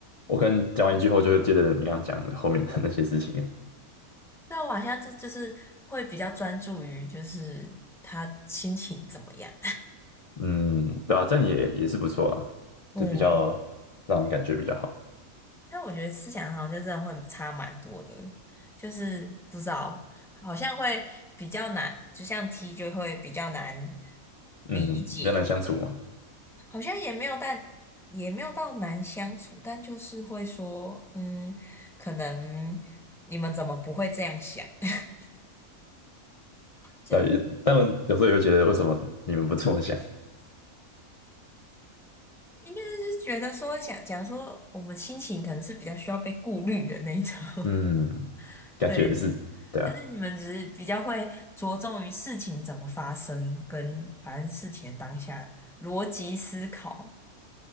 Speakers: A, on the left (about 45°); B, in the centre.
A: 我可能讲完一句后，就会接着你刚刚讲的后面的那些事情了。
B: 那我好像就就是会比较专注于就是他心情怎么样，
A: 嗯，对啊，这样也也是不错啊，
B: <laughs> 嗯，
A: 就比较让人感觉比较好。
B: 但我觉得思想好像就真的会差蛮多的，就是不知道，好像会比较难，就像 T 就会比较难理解，
A: 嗯，比较难相处嘛。
B: 好像也没有但也没有到难相处，但就是会说，嗯，可能你们怎么不会这样想？<laughs> 就是
A: 但也但有时候也会觉得，为什么你们不这么想？
B: 应该是觉得说想，假如说我们心情可能是比较需要被顾虑的那一种，
A: 嗯，
B: <laughs>
A: 感觉是，
B: 对，
A: 对啊。
B: 但是你们只是比较会着重于事情怎么发生，跟反正事情的当下逻辑思考